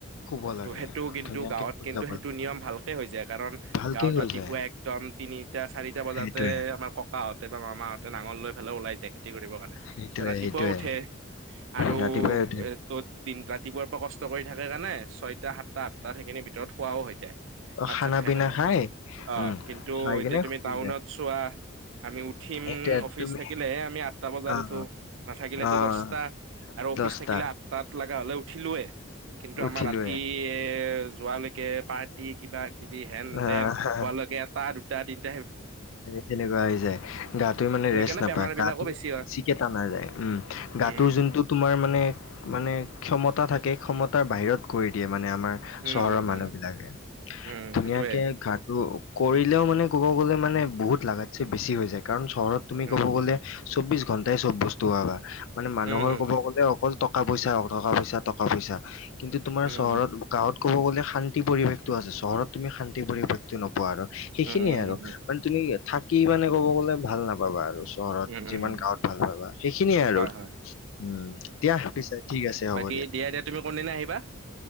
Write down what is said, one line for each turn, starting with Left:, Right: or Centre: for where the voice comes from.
Left: শুব লাগে,
Right: ত' সেইটো কিন্তু
Left: ধুনীয়াকে
Right: গাঁৱত
Left: শুই
Right: কিন্তু
Left: যাব
Right: সেইটো
Left: লাগে,
Right: নিয়ম ভালকে হৈ যায় কাৰণ
Left: ভালকে
Right: গাঁৱত
Left: হৈ
Right: ৰাতিপুৱা
Left: যায়,
Right: একদম তিনিটা- চাৰিটা বজাতে
Left: সেইটোয়ে,
Right: আমাৰ ককাহঁতে বা মামাহঁতে নাম নাঙল লৈ পেলাই ওলাই যায় খেতি কৰিবৰ কাৰণে
Left: সেইটোয়ে,
Right: ত 'ৰাতিপুৱাও
Left: সেইটোয়ে,
Right: উঠে আৰু
Left: ৰাতিপুৱাই উঠে,
Right: এ'তত তিন তাত ৰাতিপুৱাৰ পৰা কষ্ট কৰি থাকে কাৰণে ছয়টা, সাতটা, আঠটাত সেইখিনি ভিতৰত খোৱাও হৈ যায়।
Left: অহ,
Right: ভাত
Left: খানা-
Right: চাত খাই
Left: পিনা
Right: পেলাই
Left: খাই,
Right: অ',
Left: উম,
Right: কিন্তু
Left: খাই
Right: এতিয়া
Left: কিনে
Right: তুমি
Left: শুই
Right: টাউনত
Left: যায়,
Right: চোৱা আমি উঠিম
Left: এতিয়া
Right: অফিচ
Left: তুমি,
Right: থাকিলেহে আমি আঠটা বজাত
Left: অ',
Right: উঠো নাথাকিলেতো
Left: অ',
Right: দচটা অফিচ
Left: দহটা,
Right: থাকিলে আঠটাত লাগা হ'লে উঠিলোঁৱে কিন্তু
Left: উঠিলোয়ে,
Right: আমাৰ ৰাতি এ যোৱালৈকে পাৰ্টি কিবা -কিবি, হেন-
Left: অ',
Right: তেন হোৱালৈকে এটা -দুটা - তিনটা
Left: সেনেকুৱা হৈ যায় গাটো মানে
Right: সেইকাৰণে
Left: ৰেষ্ট নাপায়
Right: বেমাৰ বিলাকো
Left: গাটো
Right: বেছি হয়
Left: বেছিকে টানা যায় উম গাটোৰ
Right: উম
Left: যোনটো তোমাৰ মানে -মানে ক্ষমতা থাকে ক্ষমতাৰ বাহিৰত কৰি দিয়ে মানে আমাৰ
Right: উম
Left: চহৰৰ
Right: উম
Left: মানুহ বিলাকে
Right: উম উম
Left: ধুনীয়াকে
Right: সেইটোৱে
Left: ঘাটো কৰিলেও মানে ক'ব গলে মানে মানে বহুত লাগাতচে বেছি হৈ য়ায় কাৰণ চহৰত
Right: উম
Left: ক'ব গ'লে চৌব্বিচ ঘন্টাই চব বস্তু পাবা মানে মানুহৰ
Right: উম
Left: ক'ব গ'লে অকল টকা- পইচা অ' টকা- পইচা, টকা -পইচা কিন্তু তোমাৰ
Right: উম উম
Left: চহৰত, গাঁৱত ক'ব গ'লে শান্তি পৰিৱেশটো আছে চহৰত তুমি শান্তি পৰিৱেশটো নোপোৱা আৰু সেইখিনিয়ে
Right: উম উম উম
Left: আৰু
Right: উম উম
Left: মানে তুমি থাকি মানে ক'ব গ'লে ভাল নাপাবা আৰু চহৰত
Right: উম
Left: যিমান
Right: উম
Left: গাঁৱত ভাল পাবা সেইখিনিয়ে আৰু
Right: হয় হয়
Left: উম দিয়া পিছে ঠিক আছে হ'ব।
Right: কি দিয়া- দিয়া তুমি কোন দিনা আহিবা?